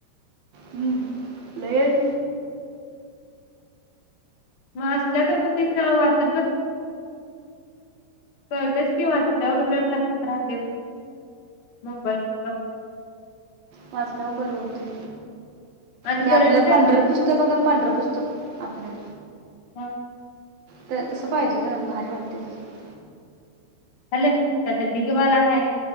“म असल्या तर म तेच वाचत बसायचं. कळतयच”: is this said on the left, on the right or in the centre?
Left